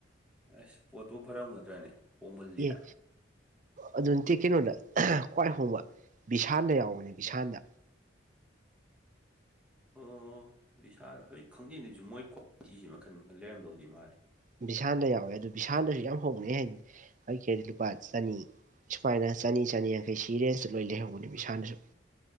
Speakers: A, in the centre; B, on the right.
A: ꯑꯁ ꯄꯣꯠꯇꯨ ꯐꯔꯝꯒꯗ꯭ꯔꯅꯦ ꯍꯣꯡꯃꯜꯂꯤꯗ꯫
B: ꯑꯦ ꯑꯗꯨ ꯅꯠꯇꯦ ꯀꯩꯅꯣꯗ ꯈ꯭ꯋꯥꯏ ꯍꯣꯡꯕ ꯕꯤꯚꯤꯁꯥꯟꯜꯗ ꯌꯥꯎꯕꯅꯦ ꯕꯤꯚꯤꯁꯥꯟꯗ꯫
A: ꯑꯣ ꯕꯤꯁꯥ ꯍꯧꯖꯤꯛ ꯈꯪꯗꯦꯗꯁꯨ ꯃꯣꯏ ꯀ꯭ꯋꯥꯂꯤꯇꯤꯁꯤ ꯃꯈꯟ ꯃꯈꯟ ꯂꯩꯔꯝꯗꯧꯗꯤ ꯃꯥꯜꯂꯤ꯫
B: ꯕꯤꯚꯤꯁꯥꯟꯗ ꯌꯥꯎꯋꯦ ꯑꯗꯨ ꯕꯤꯚꯤꯁꯥꯟꯗꯁꯨ ꯌꯥꯝ ꯍꯣꯡꯉꯦ꯫ ꯑꯩ ꯀꯩꯗꯤ ꯂꯨꯄꯥ ꯆꯅꯤ ꯁꯨꯃꯥꯏꯅ ꯆꯅꯤ ꯆꯅꯤ ꯌꯥꯡꯈꯩ ꯁꯤꯔꯦꯟꯖꯇ ꯂꯣꯏ ꯂꯩꯔꯝꯒꯅꯤꯕꯤꯁꯜꯗꯁꯨ ꯫